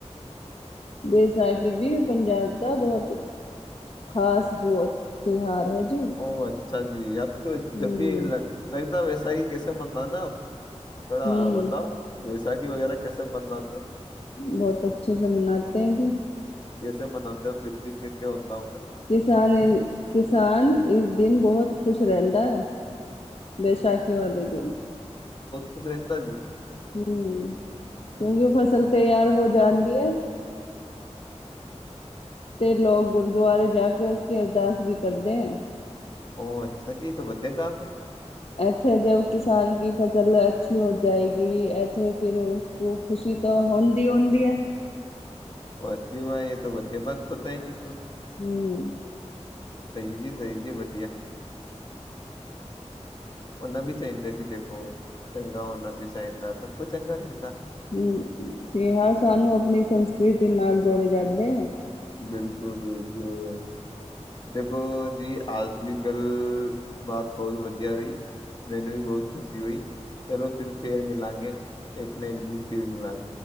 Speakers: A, on the left; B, on the left.
A: ਬੇਸਾਖੀ ਵੀ ਪੰਜਾਬ ਬਹੁਤ ਖ਼ਾਸ ਬਹੁ ਤਿਉਹਾਰ ਹੈ ਜੀ
B: ਉਹਰ਼ ਅੱਛਾ ਜੀ ਯਾਰ
A: ਹੂੰ
B: ਜਬ ਵੀ ਲਗਦਾ ਵੈਸੇ ਸਹੀਕੇ ਮੰਨਦਾ ਨਾ ਥੋੜਾ
A: ਹੂੰ
B: ਬਤਾਓ ਬਸਾਕੀ ਵਗੈਰਾ ਜੈਸੇ ਬਣਵਾ ਦਿ ਹੋ
A: ਬਹੁਤ ਅੱਛੇ ਸ ਮਨਾਤੇ ਹੈ ਕਿ
B: ਕਿਸੇ ਮਨਾਉਦੇ ਹੋ ਫਿਰ ਵੀ ਕ ਹੁੰਦਾ ਹੋ ਮੈਂ
A: ਕਿਸਾਨ ਕਿਸਾਨ ਇਸ ਦਿਨ ਬਹੁਤ ਖ਼ੁਸ਼ ਰਹਿੰਦਾ ਹੈ ਬੈਸਾਖੀ ਵਾਲੇ ਦਿਨ
B: ਕੁਛ ਰਹਿੰਦਾ ਜੀ
A: ਹਮ ਕਿਉਂਕਿ ਉਹ ਫਸਲ ਤਿਆਰ ਹੋ ਜਾਣ ਵਧੀਆ ਤੇ ਲੋਕ ਗੁਰਦੁਆਰੇ ਜਾ ਕੇ ਉਸ ਅਰਦਾਸ ਵੀ ਕਰਦੇ ਆ
B: ਉਹ ਅੱਛਾ ਜੀ ਤ ਵਧਆ ਕੰਮ ਹੈ ਜੀ
A: ਇੱਥੇ ਜ ਕਿਸਾਨ ਕੀ ਫਸਲ ਅੱਛੀ ਹੋ ਜਾਏਗੀ ਇੱਥੇ ਫਿਰ ਉਸਕ ਖੁਸ਼ੀ ਤਾਂ ਹੁੰਦੀ ਹੁੰਦੀ ਹੈ
B: ਵਚਿ ਇਹ ਤਾਂ ਬਧੇ ਬਾਤ ਪਤਾਈ
A: ਹੂੰ
B: ਸਹੀ ਜੀ ਸਹੀ ਜੀ ਵ ਉਹਨਾ ਵੀ ਚਾਹੀਦਾ ਜੀ ਦੇਖੋ ਚੰਗਾ ਨਾ ਵੀ ਚਾਹੀਦਾ ਸਭ ਕੁਛ ਚੰਗਾ ਰਹਿੰਦਾ
A: ਹਮ ਤੇ ਹਰ ਸਾਨੂੰ ਆਪਣੀ ਸੰਸਕ੍ਰਿਤੀ ਨਾਲ ਜੋੜੇ ਜਾਂਦੇ
B: ਬਿਲਕੁਲ ਬਿਲਕੁਲ ਦੇਖੋ ਜੀ ਅੱਜ ਦੀ ਗੱਲ ਬਾਤ ਬਹੁਤ ਵਧੀਆ ਰਹੀ ਮੈਨੂੰ ਵੀ ਬਹੁਤ ਖੁਸ਼ੀ ਹੋਈ ਚਲੋ ਫਿਰ-ਫੇਰ ਮਿਲਾਂਗੇ ਇੱਕ ਨਾ ਇੱਕ ਦਿਨ ਫਿਰ ਮਿਲਾਂਗੇ।